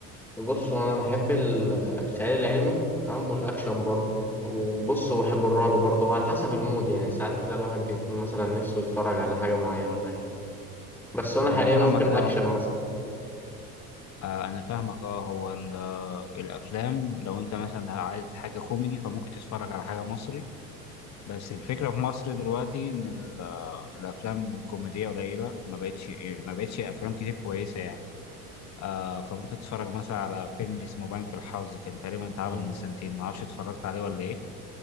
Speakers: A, in the centre; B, on the left (about 35°).
A: بص هو انا بحب ال- آه، الخيال العلمي تمام والاكشن برضو وبص وبحب الرعب برضو وعلى حسب المود يعني ساعات كده الواحد بيكون مثلا نفسه يتفرج على حاجة معينة فاهم بس انا حاليا
B: أنا فاهمك
A: ممكن اكشن
B: أه
A: مثلا
B: آه، أنا فاهمك أه هو ال- آه، الأفلام لو أنت مثلا عايز حاجة كوميدي فممكن تتفرج على حاجة مصري بس الفكرة في مصر دلوقتي إن ال- آه، الأفلام الكوميدية قليلة ما بقتش ما بقتش أفلام كتير كويسة يعني آه فممكن تتفرج مثلا على فيلم اسمه بنك الحظ كان تقريبا اتعمل
A: مم.
B: من سنتين معرفش اتفرجت عليه ولا إيه